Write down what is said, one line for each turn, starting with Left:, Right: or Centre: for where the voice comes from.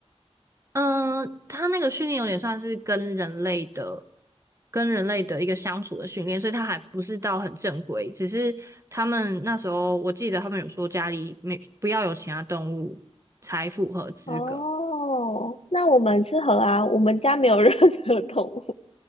Right: 嗯，他那个训练有点算是跟人类的、跟人类的一个相处的训练，所以他还不是到很正规。只是他们那时候，我记得他们有说家里没不要有其他动物才符合资格。
Left: 哦，那我们适合啊，我们家没有任何动物，